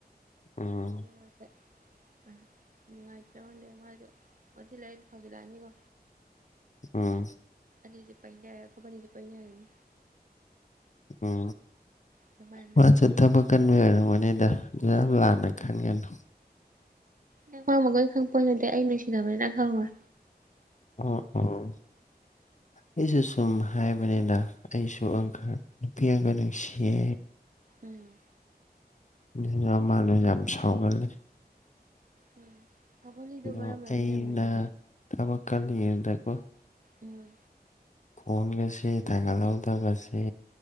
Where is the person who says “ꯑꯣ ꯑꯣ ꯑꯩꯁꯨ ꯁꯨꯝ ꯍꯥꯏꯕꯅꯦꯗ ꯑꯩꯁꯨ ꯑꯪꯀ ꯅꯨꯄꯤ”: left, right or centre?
Left